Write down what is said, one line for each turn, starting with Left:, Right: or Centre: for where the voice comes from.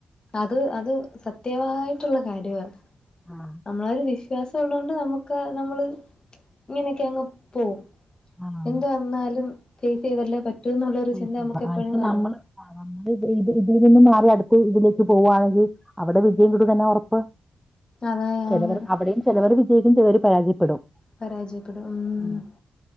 Left: അത് അത് സത്യമായിട്ടുള്ള കാര്യമാണ്
Centre: ആ
Left: നമ്മളൊരു വി ഗ്യാസ് ഉള്ളൊണ്ട് നമുക്ക് നമ്മള് ഇങ്ങനെയൊക്കെ അങ്ങ് പോകും
Centre: ആ
Left: എന്താ എന്നാലും ഫേസ് ചെയ്തല്ലേ പറ്റൂ എന്നുള്ളരു
Centre: സൈസ്.
Left: ചിന്ത നമുക്ക്
Centre: ആ
Left: എപ്പോഴും
Centre: ഇപ്പൊ
Left: കാണും
Centre: നമ്മള് ആ നമ്മള് ഇത് ഇതിൽ നിന്നും മാറി അടുക്ക ഇതിലേക്ക് പോവുവാണെങ്കിൽ അവിടെ വിജയം കിട്ടു തന്നെ ഉറപ്പ്
Left: അതാ
Centre: ചിലവർ
Left: ആന്ന്
Centre: അവിടെയും ചിലവർ വിജയിക്കും ചിലവര് പരാജയപ്പെടും
Left: പരാജയപ്പെടും ആഹ് ആഹ്
Centre: ഉം.